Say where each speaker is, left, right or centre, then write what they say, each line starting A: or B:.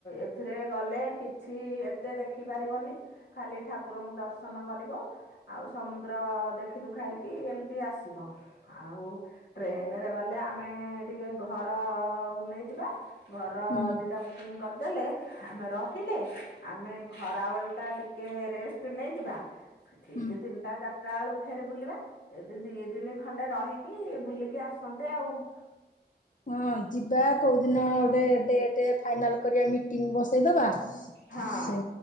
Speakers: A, on the left; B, on the left.
A: ଏଥିରେ ଗଲେ କିଛି ଏତେ ଦେଖିପାରିବନି ଖାଲି ଠାକୁରଙ୍କୁ ଦର୍ଶନ କରିବ ଆଉ ସମୁଦ୍ର ଦେଖିଦୁଖାଇକି ଏମତି ଆସିବ ଆଉ ଟ୍ରେନରେ ଗଲେ ଆମେ ଟିକେ ଘର ନେଇଯିବା ଘର
B: ହୁଁ
A: ଦୁଇଟା ବୁକିଂ କରିଦେଲେ ଆମେ ରହିଲେ ଆମେ ଖରାବେଳ ଟିକେ ରେଷ୍ଟ ନେଇଯିବା ଠିକ
B: ହୁଁ।
A: ତିନିଟା- ତା ବେଳୁ ଫେର ବୁଲିବା ଏମତି ଦି ଦିନ ଖଣ୍ଡେ ରହିକି ବୁଲିକି ଆସନ୍ତେ ଆଉ-
B: ହଁ ଯିବା କୋଉଦିନ ଗୋଟେଡ- ଫାଇନାଲ କରିବା ମିଟିଂ ବସେଇ ଦେବା।
A: ହଁ
B: ସେ